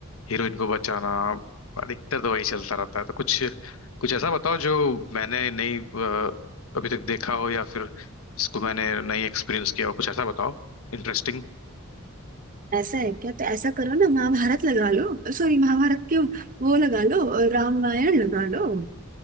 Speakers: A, on the left (about 75°); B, on the right (about 40°).
A: हीरोइन को बचाना अधिकतर तो वही चलता रहता है तो कुछ कुछ ऐसा बताओ जो मैंने नहीं अ, अभी तक देखा हो या फिर जिसको मैंने नहीं एक्सपीरियंस किया हो कुछ ऐसा बताओ इंटरेस्टिंग
B: ऐसा है क्या तो ऐसा करो ना महाभारत लगा लो सॉरी महाभारत क्यों वो लगा लो और रामायण लगा लो